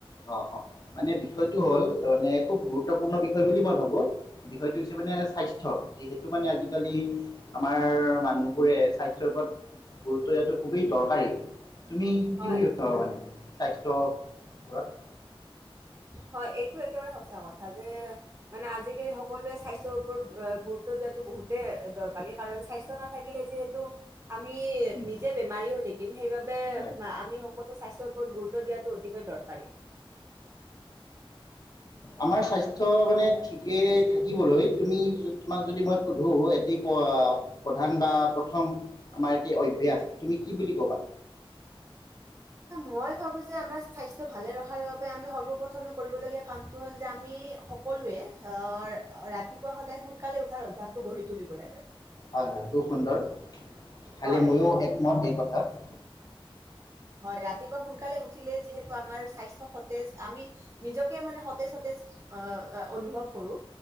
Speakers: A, on the left; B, on the right.
A: অ অ মানে বিষয়টো হ'ল মানে খুব গুৰুত্বপূৰ্ণ বিষয় বুলি মই ভাবো হয়টো হৈছে মানে স্বাস্থ্যৰ যিহেতু টো মানে আজিকালি আমাৰ মানুহবোৰে স্বাস্থ্যৰ ওপৰত গুৰুত্ব দিয়াটো খুবেই দৰকাৰী তুমি কি
B: হয়,
A: বুলি ভাবা মানে? স্বাস্থ্য ওপৰত?
B: হয় এইটো একেবাৰে সঁচা কথা যে মানে আজিকালি সকলোৱে স্বাস্থ্ৰৰ ওপৰত গুৰুত্ব দিয়াতটো বহুতে দৰকাৰী কাৰণ স্বাস্থ্ৰ নাথাকিলে যিহেতু আমি
A: উম,
B: নিজে বেমাৰী হৈ থাকি থাকিম সেই বাবে
A: হয়
B: আমি সকলো স্বাস্থ্ৰ গুৰুত্ব দিয়াাতটো অধিকেই দৰকাৰী।
A: আমাৰ স্বাস্থ্য মানে ঠিকে থাকিবলৈ তুমি তোমাক যদি মই সোধো, এটি প্ৰধান বা প্ৰথম আমাৰ এটি অভ্যাস তুমি কি বুলি কবা?
B: মই ভাবো যে আমাৰ স্বাস্থ্য ভালে ৰখাৰ বাবে আমি সৰ্ব প্ৰথমে কৰিবলগীয়া কামটো হ'ল যে আমি সকলোৱে আহ ৰাতিপুৱা সদায় সোনকালে উঠাৰ অভ্যাসটো গঢ়ি তুলিব লাগে।
A: হয়-হয় খুব সুন্দৰ। খালি
B: হয়,
A: ময়ো একমত এই কথাত। <inaudible>
B: হয়, ৰাতিপুৱা সোনকালে উঠিলে যিহেতু আমাৰ স্বাস্থ্য সতেজ আমি নিজকে মানে সতেজ সতেজ অহ অনুভৱ কৰো